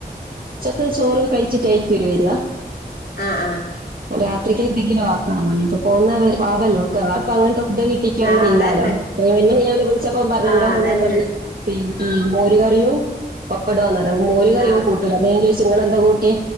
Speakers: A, on the right; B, on the left.
A: ഉച്ചക്ക് ചോറ് കഴിച്ചിട്ടായിരിക്കും ഒരു വരിക
B: ആ ആ
A: രാത്രിക്കൊ എന്തെങ്കിലും ആക്കാ പോ പോന്ന പാവല്ലോ ഒക്കെ അ അങ്ങൻത് ഇത് കിട്ടിക്കോന്നില്ലാലോ
B: ആഹ് അതന്നെ
A: ഞാ വിളിച്ചപ്പ പറഞ്ഞന്തോ
B: ആഹ് അതന്നെ
A: പറഞ്ഞ പിന്നെ മോര് കറിയും പപ്പടവുന്ന മോര് കറിയും
B: ആഹ്
A: കൂട്ട അപ്പ ഞാൻ ചോയ്ച് ഇങ്ങൾ എന്താ കൂട്ടിയ.